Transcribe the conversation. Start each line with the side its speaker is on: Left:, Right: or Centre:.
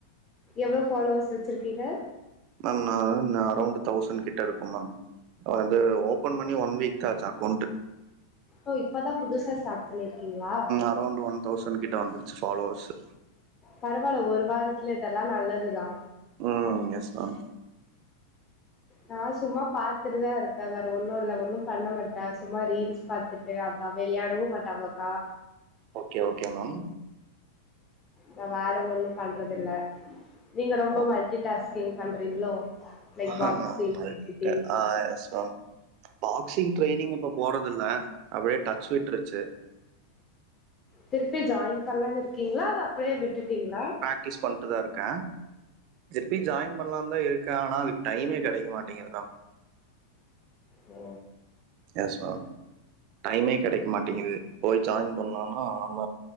Left: எவ்ளோ ஃபாலோவர்ஸ் வச்சிருக்கீங்க
Right: மேம் நா நா அரௌண்டு தௌசண் கிட்ட இருக்கும் மேம் அ வந்து ஓபன் பண்ணி ஒன் வீக் தா ஆச்சு அக்கௌண்ட்டு
Left: ஓ இப்பதா புதுசா ஸ்டார்ட் பண்ணியிருக்கீங்களா
Right: அரௌண்டு ஒன் தௌசண் கிட்ட வந்துருச்சு ஃபாலோவர்ஸ்ஸு
Left: பரவால்ல ஒரு வாரத்துல இதெல்லா நல்லதுதா
Right: ம் எஸ் மேம்
Left: நா சும்மா பாத்துட்டுதா இருப்ப வேற ஒன்னு இல்ல ஒன்னு பண்ண மாட்ட சும்மா ரீல்ஸ் பாத்து சேர் அதா வெளயாடவு மாட்டாங்கக்கா
Right: ஓகே ஓகே மேம்
Left: நா வேற ஒன்னு பண்றதில்ல நீங்க ரொம்ப
Right: ஓகே.
Left: மல்டி டாஸ்கிங் பண்றீங்ளோ லைக்
Right: ஆ
Left: பாக்ஸிங்
Right: கரெக்ட்
Left: எடிட்டிங்
Right: ஆ எஸ் மேம் பாக்சிங் ட்ரெய்னிங் இப்ப போறதில்ல அப்டியே டச் விட்ருச்சு
Left: திருப்பி ஜாயின் பண்லானு இருக்கீங்ளா அது அப்டியே விட்டுட்டீங்ளா
Right: ட்டீஸ் பண்ட்டுதான் இருக்கன் எப்டி ஜாயின் பண்லானுத இருக்க ஆனா அதுக்கு டைமே கெடைக்க மாட்டேங்குதுக்கா
Left: ஓ
Right: எஸ் மேம் டைமே கெடைக்க மாட்டேங்குது போய் ஜாயின் பண்லானா நம்ம